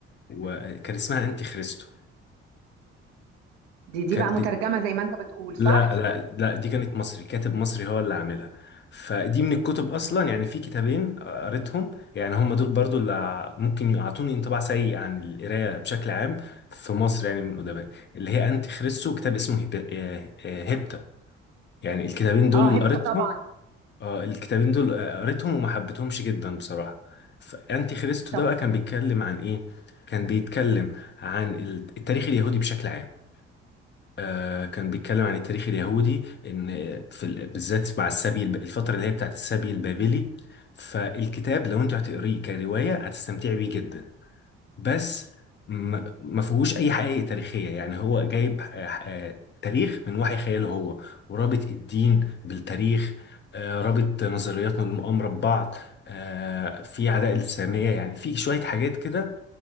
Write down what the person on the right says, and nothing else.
دي دي
بقى مترجمة
زي ما انت بتقول
صح
اه هبتة
طبعا
طب